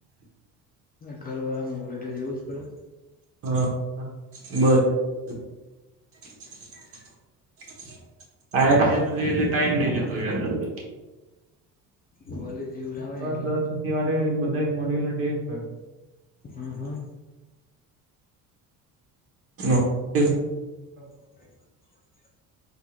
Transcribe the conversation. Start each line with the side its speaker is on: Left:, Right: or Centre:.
Left: ઘર વાળા મોકલે એટલે જવું જ પડે
Right: હા બ આઇએલટીએસ એટલે ટાઈમ નહી જતો યાર જલ્દી
Left: કોલેજ એવું ના હોય
Right: પર
Left: એટલે
Right: દર શનિવારે બધા મોડ્યુલ ના ટેસ્ટ હોય
Left: હમ હમ
Right: <unintelligible>
Left: <unintelligible>